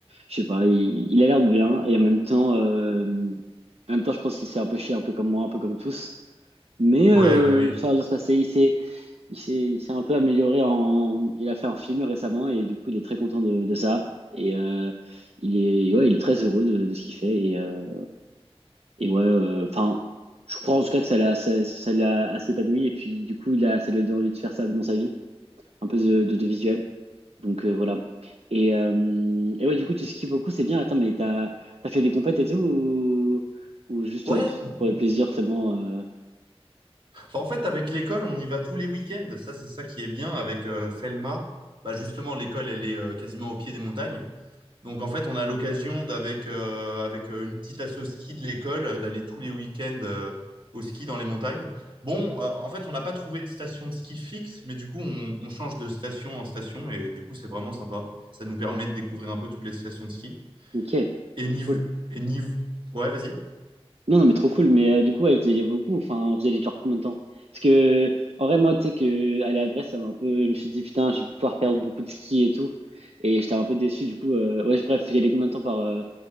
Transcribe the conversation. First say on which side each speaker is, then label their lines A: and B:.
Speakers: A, on the right (about 75°); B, on the right (about 50°).
A: je sais pas, il, il a l'air de bien et en même temps. Euh, en même temps, je pense qu'il s'est un peu chié, un peu comme moi, un peu comme tous. Mais euh,
B: Ouais, ouais,
A: ça va bien
B: oui.
A: se passer. Il s'est, il s'est, il s'est un peu amélioré en. Il a fait un film récemment et du coup, il est très content de, de ça. Et euh, il est, ouais, il est très heureux de, de ce qu'il fait. Et, euh, et ouais, euh, enfin, je comprends en tout cas que ça l'a, ça, ça l'a assez épanoui. Et puis, du coup, il a, ça lui a donné envie de faire ça dans sa vie, un peu de- d'autovisuel. Donc euh, voilà. Et, euh, et ouais, du coup, tu skis beaucoup, c'est bien. Attends, mais t'as, t'as fait des compètes et tout ou, ou juste
B: Ouais,
A: euh, tu- pour le plaisir seulement euh,
B: bah, en fait, avec l'école, on y va tous les week-ends. Ça, c'est ça qui est bien avec euh, Felma. Bah, justement, l'école, elle est euh, quasiment au pied des montagnes. Donc en fait, on a l'occasion d'avec euh, avec euh, une petite asso ski de l'école euh, d'aller tous les week-ends euh, au ski dans les montagnes. Bon, euh, en fait, on n'a pas trouvé de station de ski fixe, mais du coup, on, on change de station en station et du coup, c'est vraiment sympa. Ça nous permet de découvrir un peu toutes les stations de ski.
A: Ok,
B: Et niv
A: cool.
B: et niv ouais, vas-y.
A: Non, non, mais trop cool. Mais euh, du coup, ouais, vous alliez beaucoup. Enfin, vous alliez genre combien de temps? Parce que, en vrai, moi, tu sais que aller à Brest, ça m'a un peu. Je me suis dit, putain, je vais pouvoir perdre beaucoup de ski et tout. Et j'étais un peu déçu. Du coup, euh, ouais, bref, vous y allez combien de temps par, euh,